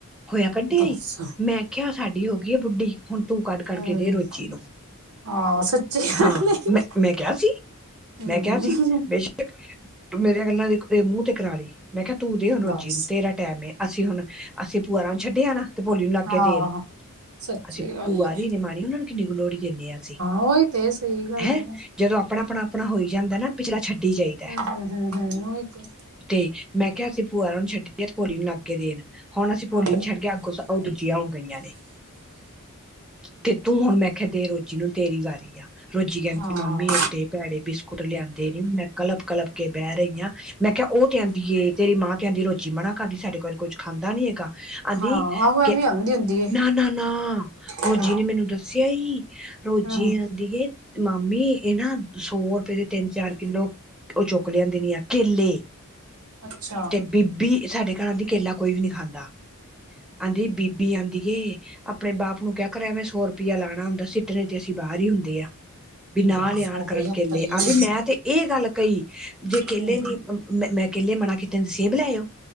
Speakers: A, in the centre; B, on the right.
A: ਹੋਇਆ ਕੱਢਿਆਈ
B: ਦੱਸ
A: ਮੈਂ ਕਿਹਾ ਆ ਸਾਡੀ ਹੋ ਗਈ ਆ ਬੁੱਢੀ ਹੁਣ ਤੂੰ ਕੱਢ ਕੱਢ
B: ਹਮ
A: ਕੇ ਦੇ ਰੋਜ਼ੀ ਨੂੰ।
B: ਆਹ ਸੱਚੀ ਗੱਲ
A: ਹਾਂ
B: ਏ
A: ਮੈਂ ਮੈਂ ਕਿਹਾ ਸੀ
B: ਹਮ
A: ਮੈਂ ਕਿਹਾ ਸੀ ਬੇਸ਼ੱਕ। ਤੂੰ ਮੇਰੀਆਂ ਗੱਲਾਂ ਮੂੰਹ ਤੇ ਕਰਾਲੀ ਮੈਂ ਕਿਹਾ ਤੂੰ ਦੇ ਹੁਣ ਰੋਜ਼ੀ
B: ਦੱਸ
A: ਨੂੰ ਤੇਰਾ ਟੈਮ ਏ। ਅਸੀਂ ਹੁਣ ਅਸੀਂ ਭੂਆ ਨੂੰ ਛੱਡਿਆ ਨਾ ਤੇ ਭੋਲੀ ਨੂੰ ਲੱਗ
B: ਹਾਂ
A: ਗਏ ਦੇਣ।
B: ਸੱਚੀ
A: ਅਸੀਂ
B: ਗੱਲ
A: ਭੂਆ
B: ਏ
A: ਰਹੀ ਨੇ ਮਾਣੀ ਉਹਨਾਂ ਨੂੰ ਕਿੰਨੀ ਕੁ ਲੋਹੜੀ ਦਿੰਦੇ ਹਾਂ ਅਸੀਂ
B: ਉਹੀ ਤੇ ਸਹੀ ਗੱਲ
A: ਹੈਂ।
B: ਏ ਹਮ
A: ਜਦੋਂ ਆਪਣਾ ਆਪਣਾ ਆਪਣਾ ਹੋਈ ਜਾਂਦਾ ਨਾ ਪਿਛਲਾ ਛੱਡੀ ਜਾਈਦਾ।
B: ਹਾਂ ਹਾਂ ਹਾਂ ਹ ਹ ਉਹੀ ਤੇ।
A: ਤੇ ਮੈਂ ਕਿਹਾ ਅਸੀਂ ਭੂਆਾਂ ਨੂੰ ਛੱਡੀ ਤੇ ਭੋਲੀ ਨੂੰ ਲੱਗ। ਦੇਣ ਹੁਣ ਅਸੀਂ
B: ਹਾਂ
A: ਭੋਲੀ ਨੀ ਛੱਡ ਕੇ ਅੱਗੋਂ ਉਹ ਦੂਜੀਆਂ ਹੋ ਗਈਆਂ ਨੇ। ਤੇ ਤੂੰ ਹੁਣ ਮੈਂ ਕਿਹਾ ਦੇ ਰੋਜ਼ੀ ਨੂੰ ਤੇਰੀ ਵਾਰੀ ਆ ਰੋਜੀ ਕਹਿੰਦੀ
B: ਹਾਂ
A: ਮਾਮੀ ਏਡੇ ਭੈੜੇ ਬਿਸਕੁਟ। ਕੁੱਟ ਲਿਆਦੇ ਨੇ ਮੈਂ ਕਲੱਪ ਕਲਪ ਕੇ ਬਹਿ ਰਹੀ ਹਾਂ। ਮੈਂ ਕਿਹਾ ਉਹ ਤੇ ਆਂਦੀ ਏ ਤੇਰੀ ਮਾਂ ਤੇ ਆਉਦੀ ਰੋਜ਼ੀ ਮਨਾ ਕਰਦੀ ਸਾਡੇ ਘਰ ਕੋਈ ਕੁੱਝ ਖਾਂਦਾ ਨੀ ਹੈਗਾ। ਆਂਦੀ
B: ਹਾਂ ਆਹੋ
A: ਕਹਿੰਦੀ।
B: ਐਵੇਂ ਆਂਦੀ ਹੁੰਦੀ ਏ
A: ਨਾ ਨਾ ਨਾ ਰੋਜ਼
B: ਹਮ
A: ਨੇ ਮੈਨੂੰ ਦੱਸਿਆ ਹੀ ਰੋਜ਼
B: ਹਮ
A: ਆਂਦੀ ਹੈ। ਮਾਮੀ ਇਹ ਨਾ ਸੌ ਰੁਪਏ ਦੇ ਤਿੰਨ ਚਾਰ ਕਿੱਲੋ। ਉਹ ਚੁੱਕ ਲਿਆਂਦੇ ਆ ਕੇਲੇ।
B: ਅੱਛਾ
A: ਤੇ ਬੀਬੀ ਸਾਡੇ ਘਰ ਆਦੀ ਕੇਲਾ ਕੋਈ ਵੀ ਨੀ ਖਾਂਦਾ ਆਂਦੀ ਬੀਬੀ। ਬੀਬੀ ਆਂਦੀ ਏ। ਆਪਣੇ ਬਾਪ ਨੂੰ ਕਿਹਾ ਕਰ ਐਵੇਂ ਸੌ ਰੁਪਆ ਲਾਉਣਾ ਹੁੰਦਾ ਏਦਾਂ ਤੇ ਅਸੀਂ ਬਾਹਰ ਹੀ ਹੁੰਦੇ ਆ। ਵੀ ਨਾ
B: ਦੱਸ
A: ਲਿਆਣ
B: ਉਹ
A: ਕਰਨ
B: ਬੜੀ ਅਤਰੀ
A: ਕੇਲੇ ਆਦੀ
B: ਏ
A: ਮੈਂ ਤੇ ਇਹ ਗੱਲ ਕਹੀ ਜੇ ਕੇਲੇ
B: ਹਮ
A: ਨੀ। ਮੈਂ ਮੈਂ ਕੇਲੇ ਮਨਾ ਕੀਤੇ ਦੀ ਸੇਬ ਲਿਆਏ ਓ।